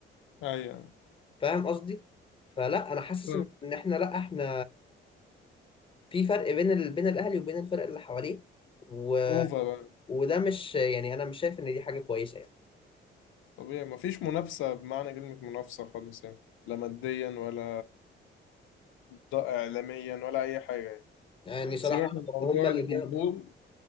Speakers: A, on the left (about 75°); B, on the left (about 25°).
A: ايوه
B: فاهم قصدي فلا انا حاسس
A: ف...
B: ان إن احنا لا احنا في فرق بين ال... بين الاهلي وبين الفرق اللي حواليه و...
A: اوفر بقى
B: وده مش يعني انا مش شايف ان دي حاجه كويسه يعني
A: طبيعي مفيش منافسة بمعنى كلمة منافسة خالص يعني لا ماديا ولا ضاء إعلاميا ولا أي حاجة
B: يعني صراحه
A: سيبك من موضوع
B: هم اللي
A: الجمهور
B: بياخدوا